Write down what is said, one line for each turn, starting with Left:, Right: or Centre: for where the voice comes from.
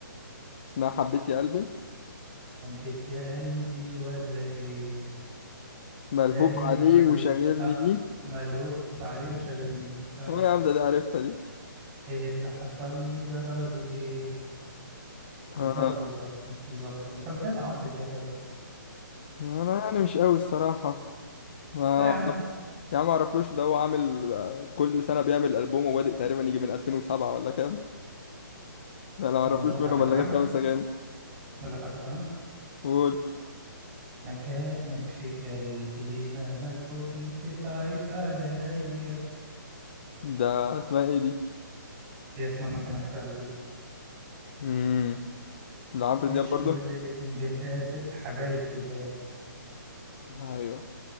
Left: اسمها حبيت يا قلبي
Right: حبيت يا قلبي ولا إيه
Left: ملهوف
Right: باين
Left: عليه
Right: عليه
Left: وشاغلني
Right: أه
Left: بيه
Right: ملهوف عليه وشاغلني بيه أيوه
Left: اه يا
Right: بالظبط
Left: عم ده دي عارفها دي
Right: إيه اللي حصل لي جرالي إيه بالظبط
Left: آه.
Right: بالظبط بالظبط أنت متابع عمرو دياب أوي
Left: ما انا يعني مش قوي الصراحة ما
Right: لا يا عم
Left: يا عم معرفلوش ده هو عامل آه، كل سنة بيعمل ألبوم وبادئ تقريبا يجي من 2007 ولا كام لا انا معرفلوش
Right: طب أقول لك
Left: منهم
Right: واحدة كمان
Left: الا غير خمس اغاني
Right: أقول لك واحدة كمان
Left: قول
Right: مكانك في قلبي مهما كنت بعيد عليا
Left: ده اسمها ايه دي
Right: هي اسمها مكانك في قلبي
Left: امم ده عمرو
Right: مش
Left: دياب برضه
Right: كل يوم بنقابل حبايب جداد
Left: ايوه